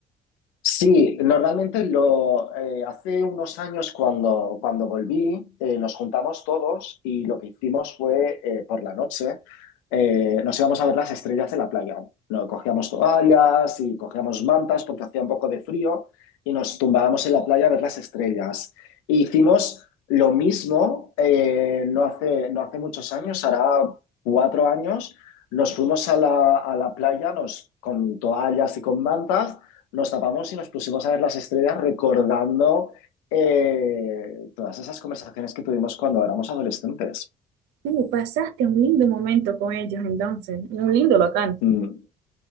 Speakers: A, on the left; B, on the right.
A: Sí, normalmente lo eh, hace unos años cuando, cuando volví, eh, nos juntamos todos y lo que hicimos fue eh, por la noche eh, nos íbamos a ver las estrellas en la playa. No, cogíamos toallas y cogíamos mantas porque hacía un poco de frío y nos tumbábamos en la playa a ver las estrellas. E hicimos lo mismo eh, no hace, no hace muchos años, hará cuatro años, nos fuimos a la, a la playa nos, con toallas y con mantas nos tapamos y nos pusimos a ver las estrellas recordando eh, todas esas conversaciones que tuvimos cuando éramos adolescentes.
B: Uh, pasaste un lindo momento con ellos entonces, un lindo local.
A: Mm.